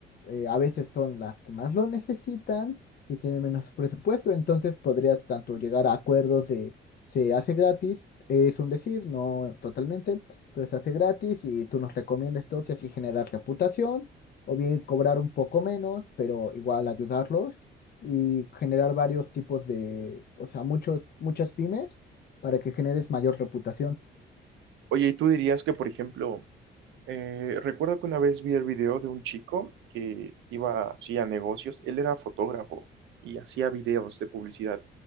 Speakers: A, on the left; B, on the right.
A: eh, a veces son las que más lo necesitan y tienen menos presupuesto, entonces podrías tanto llegar a acuerdos de se hace gratis, es un decir, no totalmente, pero se hace gratis y tú nos recomiendas todo y así generar reputación, o bien cobrar un poco menos, pero igual ayudarlos y generar varios tipos de, o sea, muchos, muchas pymes para que generes mayor reputación.
B: Oye, ¿y tú dirías que, por ejemplo, eh, recuerdo que una vez vi el video de un chico que iba así a negocios, él era fotógrafo y hacía videos de publicidad